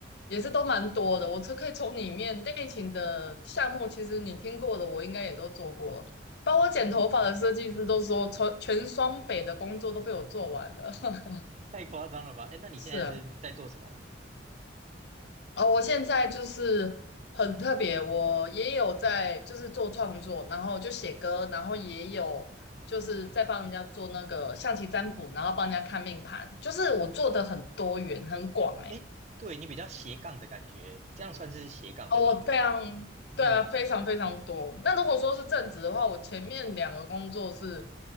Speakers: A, on the left (about 60°); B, on the right (about 35°).
A: 也是都蛮多的。我是可以从里面内勤的项目，其实你听过的，我应该也都做过了，包括剪头发的设计师都说，
B: 嗯
A: 全全双北的工作都被我做完了。<laughs>
B: 太夸张了吧？诶，那你现在是在做什么呢？
A: 是啊。哦，我现在就是很特别，我也有在就是做创作，然后就写歌，然后也有就是在帮人家做那个象棋占卜，然后帮人家看命盘，就是我做的很多元很广哎、
B: 诶，对，你比较斜杠的感觉，这样算是斜杠对吧？
A: 哦，我非常对啊，
B: 嗯，
A: 非常非常多。那如果说是正职的话，我前面两个工作是